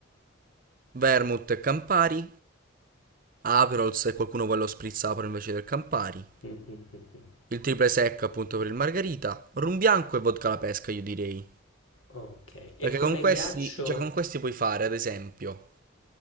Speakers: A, on the right; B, on the left.
A: vermouth e Campari. Aperol se qualcuno vuole lo spritz Aperol invece del Campari.
B: mh-mh, mh-mh.
A: Il triple sec appunto per il margarita. Rum bianco e vodka alla pesca io direi.
B: Okay, e
A: Perché
B: come
A: con questi,
B: ghiaccio
A: già con questi puoi fare ad esempio